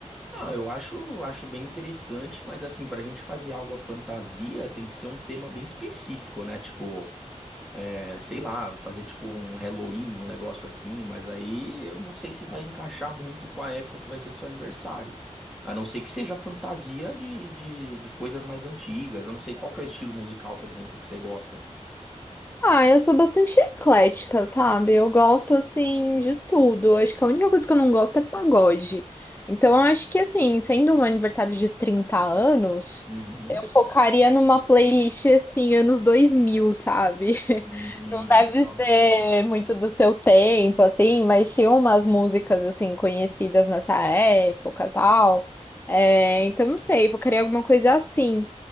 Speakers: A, in the centre; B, on the left (about 15°).
A: Ah, eu acho, acho bem interessante, mas assim, pra gente fazer algo à fantasia, tem que ser um tema bem específico, né? Tipo, é, sei lá, fazer tipo um Halloween, um negócio assim, mas aí eu não sei se vai encaixar muito com a época que vai ser seu aniversário. A não ser que seja fantasia de, de, de coisas mais antigas. Eu não sei qual que é o estilo musical, por exemplo, que você gosta.
B: Ah, eu sou bastante eclética, sabe? Eu gosto, assim, de tudo. Eu Acho que a única coisa que eu não gosto é pagode. Então, eu acho que, assim, sendo um aniversário de trinta anos,
A: Uhum.
B: eu focaria numa playlist, assim, anos 2000, sabe? <laughs>
A: Hum,
B: Não deve
A: legal.
B: ser muito do seu tempo, assim, mas tinha umas músicas, assim, conhecidas nessa época, e tal. É, então, não sei, focaria alguma coisa assim.